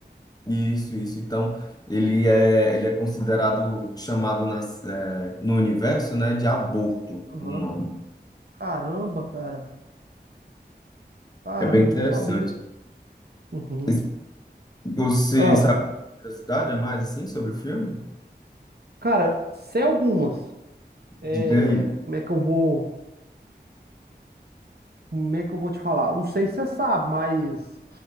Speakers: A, on the left (about 20°); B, on the right (about 60°).
A: Isso, isso. Então, ele é, ele é considerado, chamado nas- eh, no universo, né, de aborto,
B: Aham.
A: o nome.
B: Caramba, cara. Cara,
A: É, é bem
B: não
A: interessante.
B: sabia. Uhum.
A: Es- Você
B: Ah,
A: sabe curiosidade a mais, assim, sobre o filme?
B: cara, se é algumas. É...
A: Diga aí.
B: Como é que eu vou... Como é que eu vou te falar? Não sei se você sabe, mas...